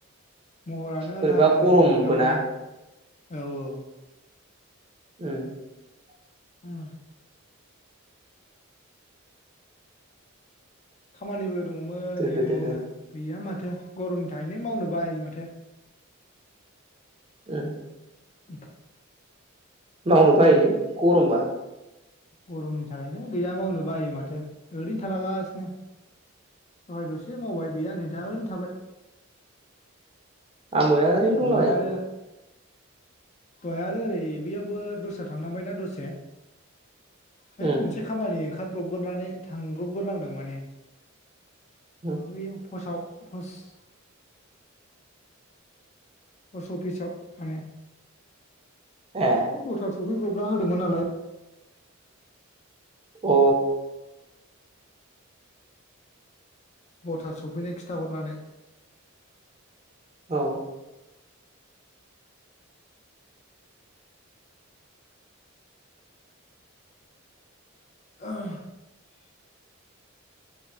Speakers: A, on the left (about 30°); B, on the right (about 25°).
A: महरानो आलदा
B: बोरैबा
A: जादों
B: गरमबो
A: बोथोरा माने
B: ना
A: औ औ।
B: <inaudible>
A: ओम। खामानिबो दङ'मोन
B: दोहो
A: नै न'आवनो
B: दोहो
A: गैया माथो गरमनि थाहैनो मावनो बा माथो
B: <inaudible>
A: <inaudible>
B: मावनो बायोलै गरमबा
A: गरमनि थाखायनो गैया मावनो बायो माथो ओरैनो थालागासिनो दहाय दसे मावबाय गैया नै दा ओरैनो थाबाय
B: आंबो ओरैनो दंला
A: दहाय
B: बायो
A: आरो दहाय आरो ओरै बेयावबो दस्रा थांनांबायना दसे हैइ
B: उम
A: मोनसे खामानि ओंखारब्रबग्रोनानै थांब्रबग्रोनांदों माने
B: उम
A: फैयाव फस आव पस्ट पस्ट अफिसाव माने
B: ए अ
A: बे बथार सफै मा होदोंमोन नालाय
B: अ।
A: भटार सौफैनाय खिन्थाहरनानै
B: औ।
A: <inaudible>